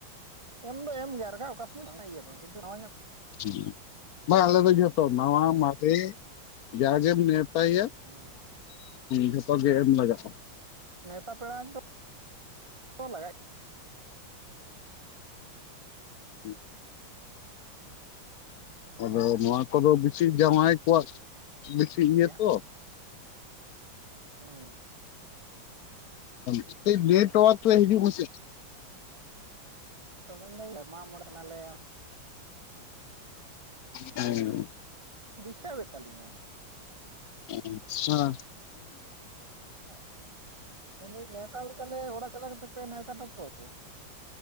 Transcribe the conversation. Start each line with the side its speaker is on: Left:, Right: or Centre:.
Right: ᱮᱢ ᱫᱚ ᱮᱢ ᱜᱮᱭᱟ ᱟᱨ ᱚᱠᱟ ᱥᱚᱢᱚᱭ ᱫᱚ ᱵᱟᱝ ᱤᱭᱟᱹᱜ-ᱟ ᱫᱚ ᱠᱤᱱᱛᱩ ᱱᱚᱣᱟ ᱧᱚᱜ
Left: ᱦᱩᱸ ᱵᱟ ᱟᱞᱮ ᱫᱚ ᱡᱚᱛᱚ ᱱᱟᱣᱟ
Right: ᱦᱮᱸ
Left: ᱢᱟᱨᱮ ᱡᱟᱜᱮᱢ ᱢᱮᱱ ᱱᱮᱣᱛᱟᱭᱮᱭᱟ
Right: ᱦᱩᱸ
Left: ᱡᱷᱚᱛᱚ ᱜᱮ ᱮᱢ ᱞᱟᱜᱟᱜᱼᱟ
Right: ᱯᱟ, ᱯᱮᱲᱟ ᱠᱚᱫᱚ ᱞᱟᱜᱟᱜ ᱜᱮ
Left: ᱦᱩᱸ ᱟᱫᱚ ᱱᱚᱣᱟ ᱠᱚᱫᱚ ᱵᱤᱥᱤ ᱡᱟᱶᱟᱭ ᱠᱚᱣᱟᱜ ᱵᱤᱥᱤ ᱤᱭᱟᱹ
Right: ᱜᱮᱭᱟ
Left: ᱛᱚ
Right: ᱦᱩᱸ
Left: ᱠᱟᱴᱤᱡ ᱱᱮᱴᱚᱣᱟᱨᱠ ᱨᱮ ᱦᱤᱡᱩᱜ ᱢᱮᱥᱮ
Right: ᱛᱚ ᱢᱮᱱᱫᱟᱹᱧ ᱢᱟᱜ ᱢᱚᱬᱮᱜ ᱠᱟᱱᱟᱞᱮ
Left: ᱦᱩᱸ
Right: ᱰᱤᱥᱴᱟᱵᱮᱫ ᱛᱟᱞᱤᱧᱟᱭ
Left: ᱟᱪᱪᱷᱟ
Right: ᱦᱮᱸ ᱢᱮᱱᱫᱟᱹᱧ ᱱᱮᱣᱛᱟ ᱫᱚ ᱛᱟᱞᱦᱮ ᱚᱲᱟᱜ ᱪᱟᱞᱟᱣ ᱠᱟᱛᱮᱫ ᱯᱮ ᱱᱮᱣᱛᱟ ᱦᱚᱴᱚ ᱠᱟᱠᱚᱣᱟ ᱛᱚ